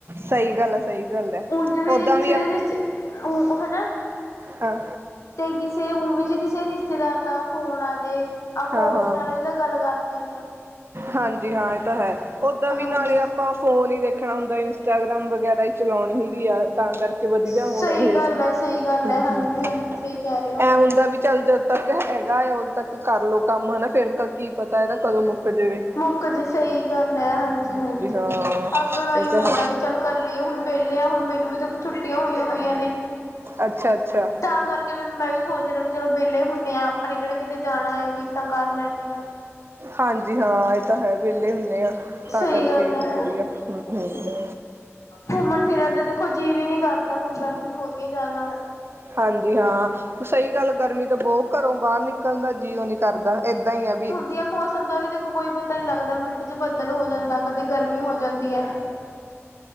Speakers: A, on the right; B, on the left.
A: ਸਹੀ ਗੱਲ ਹੈ ਸਹੀ ਗੱਲ ਹੈ
B: ਉਂਜ ਵੀ
A: ਓਦਾਂ
B: ਜੇ ਕਿਸੇ ਰਿਸ਼ ਊਂ ਹਨਾ।
A: ਹਾਂ।
B: ਤੇ ਕਿਸੇ ਊਂ ਵੀੇ ਜੇ ਕਿਸੇ ਰਿਸ਼ ਰਿਸ਼ਤੇਦਾਰ ਦਾ ਫੋਨ ਆ ਜੇ, ਆਪਾਂ
A: ਹਾਂ
B: ਓਦੇ
A: ਹਾਂ
B: ਨਾਲ ਵੀ ਤਾਂ ਗੱਲ ਕਰਦੇ ਈ ਆਂ।
A: ਹਾਂਜੀ ਹਾਂ ਏਹ ਤਾਂ ਹੈ, ਓਦਾਂ ਵੀ
B: ਹਾਂਜੀ।
A: ਨਾਲੇ ਆਪਾਂ ਫੋਨ ਈ ਦੇਖਣਾ ਹੁੰਦਾ, ਇੰਸਟਾਗ੍ਰਾਮ ਵਗੈਰਾ ਈ। ਚਲੌਣੀ ਹੁੰਦੀ ਆ ਤਾਂ ਕਰਕੇ ਵਦੀਆ
B: ਸਹੀ
A: ਹੁਣ ਇਹ,
B: ਗੱਲ ਹੈ, ਸਹੀ ਗੱਲ
A: ਹੂੰ-ਹੂੰ।
B: ਹੈ, ਹਾਂਜੀ ਹਾਂਜੀ ਸਹੀ ਕਹਿ ਰਹੇ ਹੋ।
A: ਐਂ ਹੁੰਦਾ ਵੀ ਚੱਲ ਜਦ ਤੱਕ ਹੈਗਾ ਏਆ ਓਦੋਂ ਤੱਕ ਕਰ ਲਓ ਕੰਮ ਹਨਾ ਫਿਰ ਕ ਕੀ ਪਤਾ ਏਹਦਾ ਕਦੋਂ ਮੁੱਕ ਜਵੇ।
B: ਮੁੱਕ ਜੇ ਸਈ ਗੱਲ ਐ ਹਾਂਜੀ-ਹਾਂਜੀ,
A: ਹਾਂ
B: ਆਪਾਂ ਨੂੰ ਐਈਂ
A: ਇਹ ਤਾਂ
B: ਹੁੰਦਾ
A: ਹੈ
B: ਵੀ ਚੱਲ ਕਰ ਲਈਏ ਹੁਣ ਵੇਲੇ ਆ, ਹੁਣ ਮੈਨੂੰ ਵੀ ਦੇਖੋ ਛੁੱਟੀਆਂ ਹੋਈਆਂ-ਹੋਈਆਂ ਨੇ।
A: ਅੱਛਾ-ਅੱਛਾ।
B: ਤਾਂ ਕਰਕੇ ਫਿਰ ਮੈਂ ਵੀ ਸੋਚ ਲਿਆ ਵੀ ਚਲੋ ਵੇਲੇ ਹੁੰਨੇ ਆਂ ਆਪਾਂ ਨੇ ਕੇੜਾ ਕਿਤੇ ਜਾਣਾ ਏ ਵੀ ਤਾਂ ਕਰ ਲੈਨੇ ਆਂ।
A: ਹਾਂਜੀ ਹਾਂ ਏਹ ਤਾਂ ਹੈ ਵੇਲੇ ਹੁੰਨੇ ਆਂ।
B: ਸਹੀ
A: ਤਾਂ ਕਰਕੇ
B: ਗੱਲ
A: ਏਹੀ
B: ਹੈ,
A: ਵਦੀਆ, ਹੂੰ-ਹੂੰ।
B: ਘੁੰਮਣ-ਫਿਰਨ ਤੇ ਦੇਖੋ ਜੀਅ ਵੀ ਨੀ ਕਰਦਾ ਹੁਣ ਗਰਮੀ ਹੋ ਰਈ ਏ ਜ਼ਾਦਾ।
A: ਹਾਂਜੀ ਹਾਂ। ਸਈ ਗੱਲ ਗਰਮੀ ਤਾਂ ਬੋਹ ਘਰੋਂ ਬਾਰ ਨਿਕਲਣ ਦਾ ਜੀ ਓ ਨੀ ਕਰਦਾ ਏਦਾਂ ਈ ਆ ਵੀ
B: ਤੇ ਆ ਮੌਸਮ ਦਾ ਵੀ ਦੇਖੋ ਕੋਈ ਪਤਾ ਨੀ ਲੱਗਦਾ ਮਿੰਟ ਚ ਬੱਦਲ ਹੋ ਜਾਂਦਾ, ਕਦੇ ਗਰਮੀ ਹੋ ਜਾਂਦੀ ਐ। <inaudible>